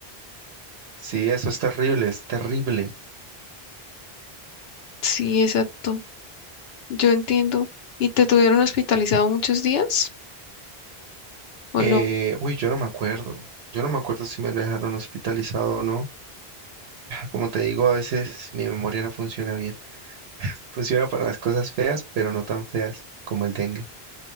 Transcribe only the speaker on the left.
Sí, exacto. Yo entiendo. ¿Y te tuvieron hospitalizado muchos días o
no?